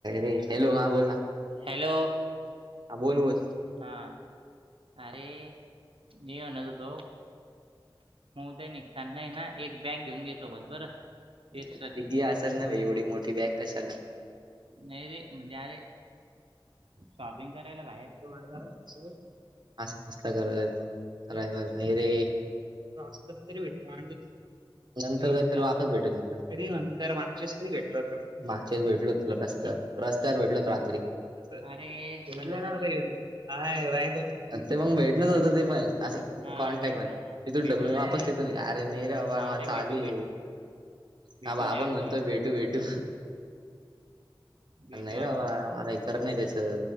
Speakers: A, on the right; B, on the right.
A: रे हॅलो हा बोल ना
B: हॅलो
A: हा बोल बोल
B: हा अरे मी म्हणत होतो. हो का निघता नाही ना एक बॅग घेऊन घे सोबत बरं. एक्स्ट्राची
A: तिगी असल न बा एवढी मोठी बॅग कशाला
B: नाही रे म्हणजे अरे शॉपिंग करायला बाहेर
A: मस्त करतर नाही रे <inaudible> तरी भेटु नंतर
B: एक्स्ट्रा
A: काहीतरी वापस भेटून गेला. कध नंतर मागच्या वेळेस कधी भेटल हो मागशस भेटल तु रस्त्यावर रस्त्यावर भेटलो रात्री भेटलं
B: अरे बंद कर
A: ना
B: रे
A: काय
B: ते
A: राह ते मग भेटणच होतं ते पण असं
B: हा
A: कॉन्टॅक्ट
B: भेट
A: मध्ये
B: ना
A: इथून
B: भेटू
A: ढकलो मी
B: ना
A: वापस
B: मग भेटू
A: तिथून अरे न र
B: अरे
A: माझ
B: भेटू
A: आली
B: भेटू भेटू
A: हा
B: रे
A: पण
B: आपण
A: म्हणतोय भेटू भेटू
B: भेटू
A: नाहीरें
B: आपण
A: बाबा मलाही कर नाही त्याच